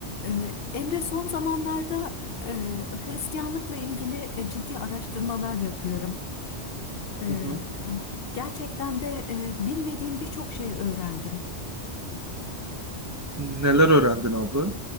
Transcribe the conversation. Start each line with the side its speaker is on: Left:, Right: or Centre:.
Left: Ee, Emre son zamanlarda e, Hristiyanlıkla ilgili e, ciddi araştırmalar yapıyorum. Ee, e,
Right: Hı hı.
Left: gerçekten de e, bilmediğim birçok şey öğrendim.
Right: Neler öğrendin abla?